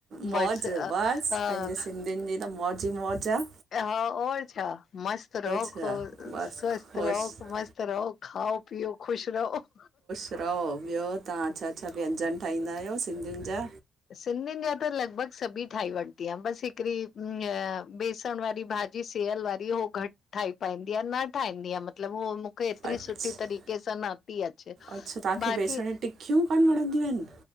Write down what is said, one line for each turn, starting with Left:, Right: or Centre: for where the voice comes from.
Right: मौज
Left: बस अ
Right: बस,
Left: अ,
Right: पैंजे सिंधियुन जी त मौज ई मौज आ।
Left: हा, और छा? मस्त रओ
Right: छा
Left: खुश
Right: बसि
Left: स्वस्थ
Right: ख़ुशि
Left: रहो मस्त रहो, खाओ पीओ ख़ुश रहो।
Right: रओ, ॿियो तव्हां छा छा व्यंजन ठाहींदा आयो सिंधियुन जा?
Left: सिंधियुन जा त लॻभॻ सभी ठाहे वठदी आयां, बस हिकड़ी हिय‌ बेसण वारी भाॼी जी सेेयल वारी हो घट ठाही पाईंदी आं, न ठाहींदी आ मत मतलब हो मूंखे एतरी
Right: अच्छा
Left: सुठी तरीक़े सां न पी अचे
Right: अच्छा तव्हांखे
Left: बाक़ी
Right: बेसण जी टिकियूं कान वणंदियूं आइन।